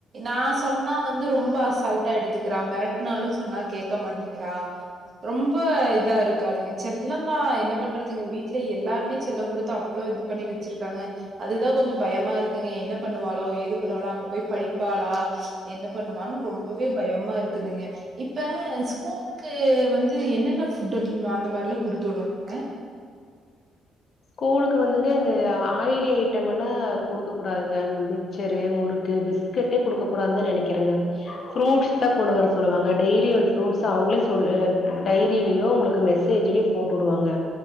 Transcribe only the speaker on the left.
ஸ்கூலுக்கு வந்துங்க இந்த ஆயிலி ஐட்ட எல்லா குடுக்க கூடாதுங்க மிட்சரு முறுக்கு பிஸ்கட்டே குடுக்க கூடாதுனுதா நெனைக்றேங்க ஃப்ரூட்ஸ் தா கொண்டு வர சொல்லுவாங்க டெய்லி ஒரு ஃப்ரூட்ஸ் அவங்களே சொல் ஆ டைரிலயோ உங்களுக்கு மெசேஜ்லயோ போட்டு வுடுவாங்க